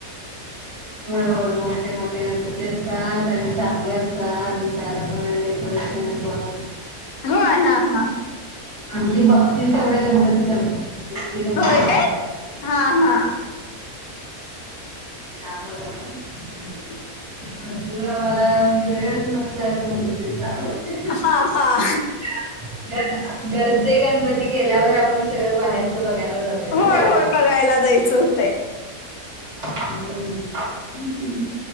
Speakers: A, on the left; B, on the right.
A: <inaudible>
B: होय होय मोठे, मोठे गणपती असतात. आणि चांगले असतात दिसायला, पण आणि डेकोरेशन ते नी पण
A: होय हा हा
B: अगदी बघतील तेवढे गणपती कमी इतके गणपती
A: होय
B: आहेत
A: काय? हा हा
B: त्यामुळं
A: <inaudible>
B: भरपूर आम्हाला म्हणजे वेळच नसते असं म्हणूया. तरी जातोय
A: हा हा
B: <unintelligible> घरच घरचे गणपती गेल्यावर आपण सगळं बाहेरच बघायला जातोय ना
A: होय
B: त्यावेळी,
A: होय बघायला जायचं होतंय.
B: हम्म
A: हम् हम